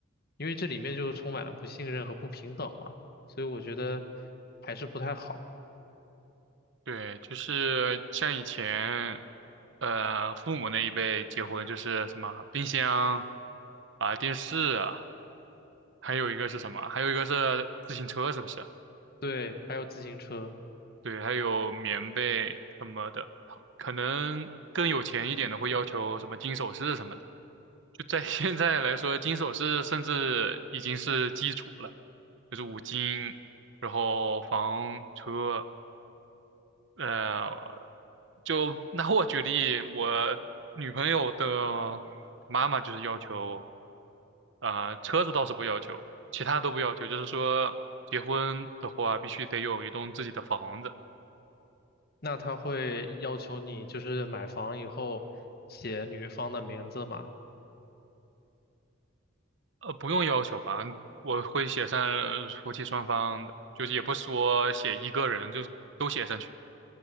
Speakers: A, on the left (about 45°); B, on the right (about 60°).
A: 因为这里面就充满了不信任和不平等嘛，所以我觉得还是不太好。
B: 对，就是像以前，呃，父母那一辈结婚就是什么冰箱啊、电视啊，还有一个是什么？还有一个是自行车，是不是？
A: 对，还有自行车，
B: 对，还有棉被什么的，可能更有钱一点的会要求什么金首饰什么的。就在 <laughs> 现在来说，金首饰甚至已经是基础了，就是五金，然后房车。呃，就拿我举例，我女朋友的妈妈就是要求，呃，车子倒是不要求，其他都不要求，就是说结婚的话必须得有一栋自己的房子，
A: 那他会要求你就是买房以后写女方的名字嘛？
B: 呃，不用要求吧，我会写上呃夫妻双方的，就是也不说写一个人，就都写上去。